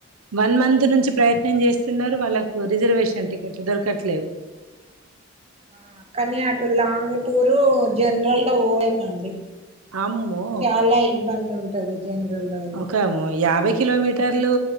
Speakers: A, on the right; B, on the right.
A: వన్ మ మంత్ నుంచి ప్రయత్నం చేస్తున్నారు వాళ్ళకు రిజర్వేషన్ టికెట్లు దొరకట్లేవు
B: ఆ కానీ అటు లాంగ్ టూరు జనరల్ లో పోలేమండి
A: అమ్మో
B: చాలా ఇబ్బంది ఉంటది జనరల్ లో అయితే
A: ఒకాము యాభై కిలోమీటర్ ట్లూ